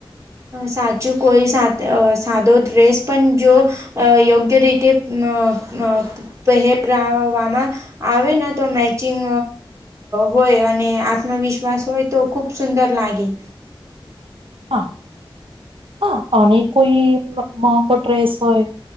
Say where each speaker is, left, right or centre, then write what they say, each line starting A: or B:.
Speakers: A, on the right; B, on the right.
A: સાચું કોઈ સા સાદો ડ્રેસ પણ જો અ યોગ્ય રીતે ન ન પહેરાવામાં આવે તો મેચિંગ હોય અને આત્મવિશ્વાસ હોય તો ખુબ ખૂબ સુંદર લાગે..
B: હા હા અને કોઈ મોગો ડ્રેસ હોય-'